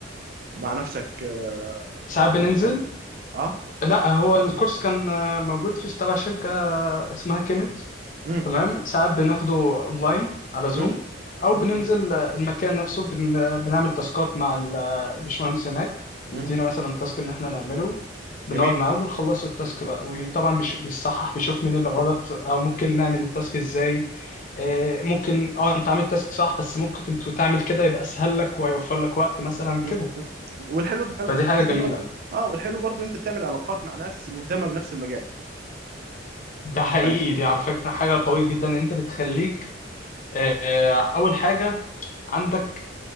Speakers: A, on the right (about 50°); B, on the left (about 45°).
A: مع نفسك اه
B: ساعات بننزل
A: آه؟
B: لا هو الكورس كان موجود في تبع شركة اسمها كيميت
A: امم
B: تمام ساعات بناخده اونلاين على زوم
A: امم
B: او
A: امم
B: مم. بننزل آه، المكان نفسه بن... بنعمل تاسكات مع ال- الباشمهندس هناك بيدينا
A: أمم.
B: مثلا تاسك ان احنا نعمله بنقعد
A: جميل
B: معاه وبنخلص التاسك بقى وطبعا بيش... بيصحح بيشوف مين اللي غلط او ممكن نعمل التاسك ازاي آه، ممكن اه انت عامل تاسك صح بس ممكن انت تعمل كده يبقى اسهل لك وهيوفر لك وقت مثلا
A: أمم،
B: كده
A: أمم. والحلو في الحل-
B: فدي
A: الحته
B: حاجه جميله
A: دي برضو اه والحلو برضو انت بتعمل علاقات مع ناس مهتمه بنفس المجال
B: ده حقيقي
A: فانت
B: دي على فكره حاجه قويه جدا ان انت بتخليك آه، آه، اول حاجه عندك